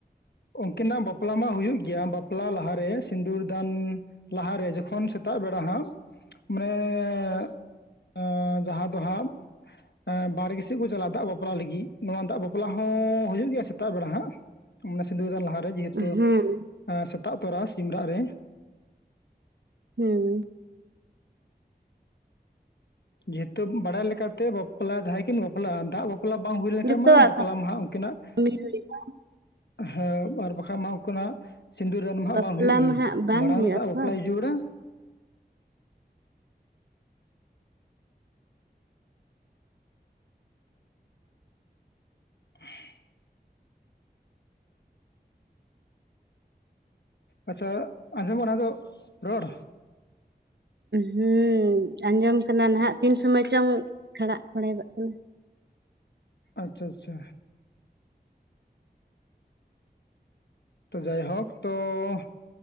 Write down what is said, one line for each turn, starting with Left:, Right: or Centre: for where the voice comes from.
Left: ᱩᱱᱠᱤᱱᱟᱜ ᱵᱟᱯᱞᱟ ᱢᱟ ᱦᱩᱭᱩᱜ ᱜᱮᱭᱟ᱾ ᱵᱟᱯᱞᱟ ᱞᱟᱦᱟᱨᱮ ᱥᱤᱸᱫᱩᱨ ᱫᱟᱱ ᱼᱼ ᱞᱟᱦᱟᱨᱮ᱾ ᱡᱚᱠᱷᱚᱱ ᱥᱮᱛᱟᱜ ᱵᱮᱲᱟ ᱦᱟᱸᱜ ᱢᱟᱱᱮ ᱼᱼ ᱮᱸᱻ ᱡᱟᱦᱟᱸ ᱫᱚ ᱦᱟᱸᱜ ᱮᱸᱻ ᱵᱟᱲᱜᱮ ᱥᱮᱫ ᱠᱚ ᱪᱟᱞᱟᱜ ᱫᱟᱜ ᱵᱟᱯᱞᱟ ᱞᱟᱹᱜᱤᱫ᱾ ᱱᱚᱣᱟ ᱫᱟᱜ ᱵᱟᱯᱞᱟ ᱦᱚᱸᱻ ᱦᱩᱭᱩᱜ ᱜᱮᱭᱟ ᱥᱮᱛᱟᱜ ᱵᱮᱲᱟ ᱦᱟᱸᱜ ᱢᱟᱱᱮ ᱥᱸᱫᱩᱟᱱ ᱞᱟᱦᱟᱨᱮ᱾ ᱡᱮᱦᱮᱛᱩ
Right: ᱦᱮᱸ
Left: ᱼᱼ ᱟ ᱥᱮᱛᱟᱜ ᱛᱚᱨᱟ ᱥᱤᱢᱨᱟᱜ ᱨᱮ।
Right: ᱦᱩᱸ
Left: ᱡᱮᱦᱮᱛᱩ ᱵᱟᱲᱟᱭ ᱞᱮᱠᱟᱛᱮ ᱵᱟᱯᱞᱟ ᱡᱟᱦᱟᱸᱭ ᱠᱤᱱ ᱵᱟᱯᱞᱟᱜᱼᱟ ᱫᱟᱜ ᱵᱟᱯᱞᱟ <inaudible> ᱞᱟ <unintelligible> ᱵᱟᱯᱞᱟ ᱵᱟᱝ ᱦᱩᱭ ᱞᱮᱱᱠᱷᱟᱡ
Right: ᱡᱚᱛᱚᱣᱟᱜ
Left: ᱢᱟ ᱵᱟᱯᱞᱟ ᱢᱟ ᱦᱟᱸᱜ ᱩᱱᱠᱤᱱᱟᱜ ᱼᱼ
Right: ᱠᱟᱹᱢᱤ ᱦᱩᱭᱩᱜᱼᱟ
Left: ᱦᱮᱸ ᱟᱨ ᱵᱟᱠᱷᱟᱱᱡ ᱢᱟ ᱚᱱᱠᱟᱱᱟᱜ ᱥᱤᱸᱫᱩᱨ ᱫᱟᱱ ᱢᱟ ᱦᱟᱸᱜ
Right: ᱵᱟᱯᱞᱟ
Left: ᱵᱟᱝ ᱦᱩᱭᱩᱜ ᱜᱮᱭᱟ᱾
Right: ᱢᱟ ᱦᱟᱸᱜ ᱵᱟᱝ
Left: ᱢᱟᱲᱟᱝ
Right: ᱦᱩᱭᱩᱜᱼᱟ
Left: ᱫᱚ ᱫᱟᱜ
Right: ᱛᱷᱚ
Left: ᱵᱟᱯᱞᱟᱭ ᱡᱩᱲᱟ <inaudible> ᱟᱪᱪᱷᱟ ᱟᱸᱡᱚᱢᱚᱜ ᱚᱱᱟ ᱫᱚ ᱨᱚᱲ᱾
Right: ᱦᱮᱸ ᱟᱸᱡᱚᱢ ᱠᱟᱱᱟ ᱱᱟᱦᱟᱜ ᱛᱤᱱ ᱥᱚᱢᱚᱭ ᱪᱚᱝ ᱠᱷᱟᱲᱟᱜ ᱠᱷᱲᱮᱫᱚᱜ ᱠᱟᱱᱟ।
Left: ᱟᱪᱪᱷᱟ ᱟᱪᱪᱷᱟ ᱥᱮ ᱛᱚ ᱡᱟᱭᱦᱳᱠ ᱛᱚ ᱼᱼ